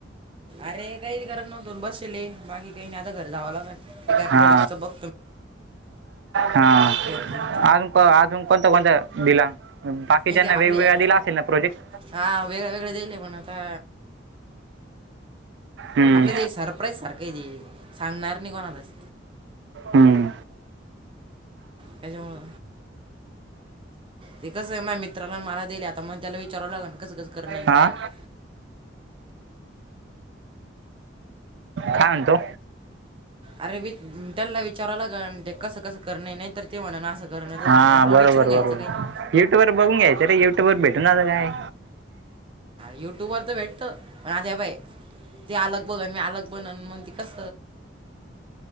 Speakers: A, on the right (about 30°); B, on the right (about 65°).
A: अरे काही घरात नव्हतन बसशले बाकी काही नाही आता घर जावं लागन ते काय
B: हा
A: प्रोजेक्टचं बघ
B: हा.
A: फोन करून
B: अजून, अजून कोणता, कोणता दिला बाकीच्याना
A: नाही ते आपले
B: वेगवेगळा
A: एक-
B: दिला असेल ना प्रोजेक्ट?
A: हा वेगळ, वेगळ दिले पण आता
B: हम्म
A: आपलं ते सरप्राईज सारखं आहे ते सांगणार नाही कोणालाच
B: हम्म
A: त्यांच्यामुळ ते कसं आहे म्या मित्राला मला देल हे आता म्हणून त्याला विचारावं लागन कस, कस करन हे
B: हा
A: काय नाही.
B: काय म्हणतो?
A: अरे वि त्यांना विचाराव लागन ते कस, कस करण हे तर ते म्हणान असं करण तस
B: हा
A: म्हणुन आपल्याला
B: बरोबर
A: विचरून घ्यायचं
B: बरोबर
A: काही नाही.
B: युट्यूबर बघून घ्यायच रे युट्यूब वर भेटून आता काय.
A: युट्यूब वर तर भेटतं पण आता हे पाय ते अलग बघन मी अलग बनन मग ते कस